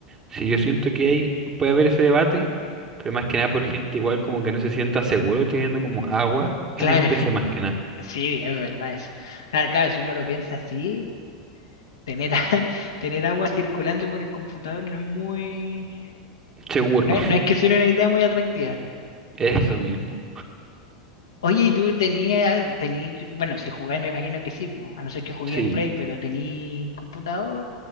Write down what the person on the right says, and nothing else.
sí, yo siento que hay, puede haber ese debate, pero más que nada por gente igual como que no se sienta seguro teniendo como agua
en el PC,
más que nada.
Seguro.
Eso mismo.
Sí,